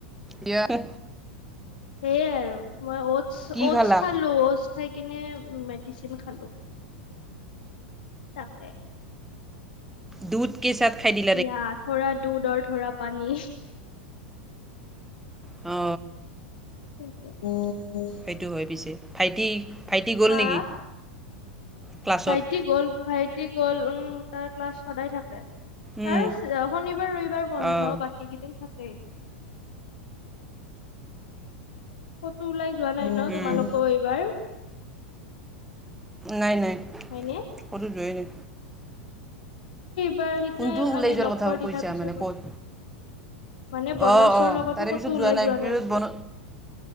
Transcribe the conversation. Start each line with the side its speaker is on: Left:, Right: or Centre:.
Centre: ইয়াৰ
Left: সেইয়াই আৰু মই অটচ -
Centre: কি
Left: অটচ
Centre: খালা
Left: খালো ও খাই কিনে মেডিচিন খালো, তাকে।
Centre: দূধ কে চাথ খাই দিবি।
Left: ইয়াৰ থৰা দুধ অৰ থৰা পানী।
Centre: অ।
Left: উম।
Centre: সেইটো হয় পিছে। ভাইটি ভাইটি গ'ল
Left: হা
Centre: নেকি? ক্লাছত
Left: ভাইটি গ'ল ভাইটি গ'ল উম তাৰ ক্লাছ সদায় থাকে।
Centre: উম,
Left: তাৰ শনিবাৰ ৰবিবাৰ বন্ধ
Centre: অঁ
Left: বাকী কেইদিন থাকেই। কতো ওলাই যোৱা নাই ন
Centre: উম,
Left: তোমালোকো এইবাৰ।
Centre: নাই নাই
Left: হয়নে
Centre: কতো যোৱেই নাই।
Left: বাৰ সিদিনাই
Centre: কোনটো ওলাই
Left: আমি
Centre: যোৱাৰ
Left: লগ
Centre: কথা
Left: পোৱাৰ দিনাৰ
Centre: কৈছা
Left: পিছতো-
Centre: মানে ক'ত
Left: মানে বনছৰ
Centre: অঁ অঁ
Left: লগতো
Centre: তাৰে
Left: ক'তো
Centre: পিছত
Left: ওলাই যোৱা
Centre: পিছত
Left: নাই বুলো।
Centre: বন